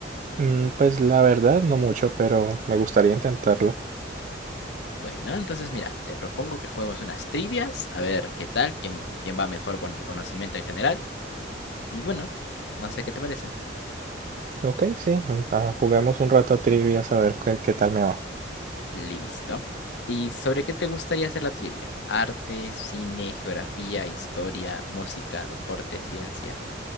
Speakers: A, on the right; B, on the left.
A: Mm, pues la verdad, no mucho, pero me gustaría intentarlo.
B: Bueno, entonces mira, te propongo que juguemos unas trivias, a ver qué tal, quién, quién va mejor con el conocimiento en general. Y bueno, no sé qué te parece.
A: Ok, sí, mm, ah, juguemos un rato a trivia a ver qué, qué tal me va.
B: Listo. ¿Y sobre qué te gustaría hacer la trivia? Arte, cine, geografía, historia, música, deporte, ciencia.